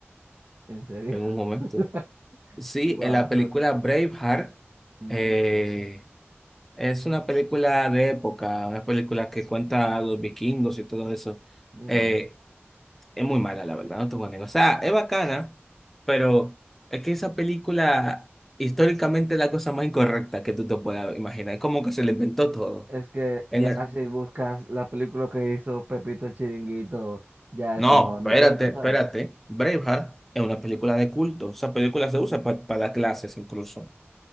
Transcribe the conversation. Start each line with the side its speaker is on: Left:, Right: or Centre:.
Right: En serio.
Centre: en un momento.
Right: <laughs>
Centre: Sí,
Right: Guau,
Centre: en la
Right: so-
Centre: película Braveheart
Right: no
Centre: eh,
Right: sé cuál es.
Centre: es una película de época, una película que cuenta a los vikingos y todo eso.
Right: Mira,
Centre: Eh, es muy mala, la verdad, no te voy a negar. O sea, es bacana, pero es que esa película históricamente es la cosa más incorrecta que tú te puedas imaginar. Es como que se le inventó todo.
Right: es que
Centre: En
Right: ya
Centre: el-
Right: si buscas la película que hizo Pepito el Chiringuito, ya eso
Centre: No,
Right: no, no
Centre: espérate,
Right: cuenta,
Centre: espérate.
Right: ¿sabes?
Centre: Braveheart es una película de culto. Esa película se usa pa- para las clases incluso,